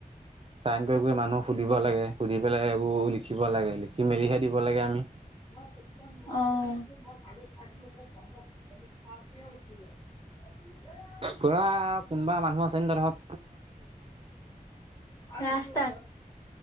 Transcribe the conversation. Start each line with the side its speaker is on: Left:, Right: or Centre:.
Right: চাইন কৰি কৰি মানুহ সুধিব লাগে, সুধি পেলাই এইবোৰ লিখিব লাগে। লিখি মেলিহে দিব লাগে আমি।
Left: অ'। <unintelligible>
Right: কৰা কোনবা মানহ আছে ত' ধৰক
Left: ৰাস্তাত।